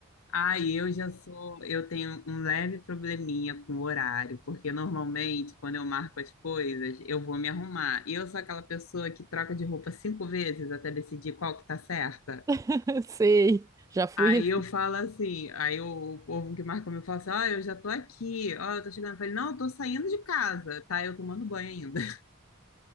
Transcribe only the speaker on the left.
Ai, eu já sou, eu tenho um leve probleminha com o horário, porque normalmente quando eu marco as coisas, eu vou me arrumar. E eu sou aquela pessoa que troca de roupa cinco vezes até decidir qual que tá certa.
Aí eu falo assim, aí o, o povo que marca comigo fala assim: ó, eu já tô aqui, ó, eu tô chegando. Eu falei: não, eu tô saindo de casa, tá? Eu tomando banho ainda. <laughs>